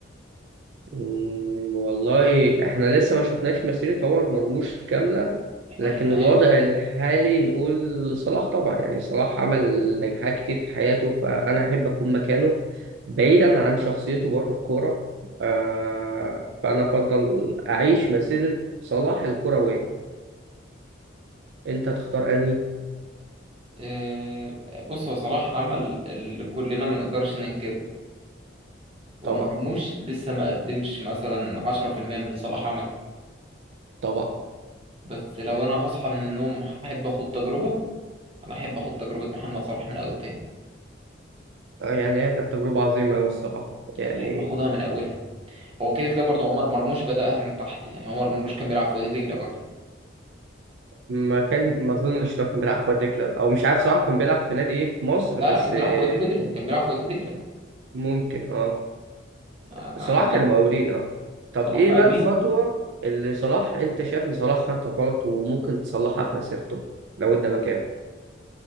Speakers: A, on the right (about 65°); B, on the right (about 30°).
A: مم، والله احنا لسه ما شفناش مسيرة عمر مرموش كاملة
B: احنا
A: لكن
B: ما شفناهاش
A: الوضع الحالي نقول صلاح طبعا يعني صلاح عمل نجاحات كتير في حياته فأنا أحب أكون مكانه بعيدا عن شخصيته بره الكورة آه، فأنا أفضل أعيش مسيرة صلاح الكروية أنت تختار أنهي؟
B: آه، بص هو صلاح عمل اللي كلنا ما نقدرش ننكره ومرموش
A: طبعا
B: لسه ما قدمش مثلا عشرة في المية من اللي صلاح عمله
A: طبعا
B: بس لو انا هصحى من النوم هحب اخد تجربة انا احب اخد تجربة محمد صلاح من اول تاني
A: آه، يعني هي كانت تجربة عظيمة أوي الصراحة يعني
B: انا احب اخدها من اولها هو كده كده برضه عمر مرموش بدأها من تحت يعني عمر مرموش كان بيلعب في وادي دجلة برضه
A: ما كان ما اظنش لو كان بيلعب في واد دجله او مش عارف صراحه كان بيلعب في نادي ايه في مصر
B: لا
A: بس
B: لا كان
A: آه،
B: بيلعب في وادي دجلة كان بيلعب في وادي دجلة
A: ممكن اه
B: انا
A: صلاح
B: انا
A: كان
B: عارف
A: مقاولين اه طب
B: صلاح
A: ايه
B: مقاولين
A: بقى الخطوه اللي صلاح انت شايف ان صلاح خدها غلط وممكن تصلحها في مسيرته لو انت مكانه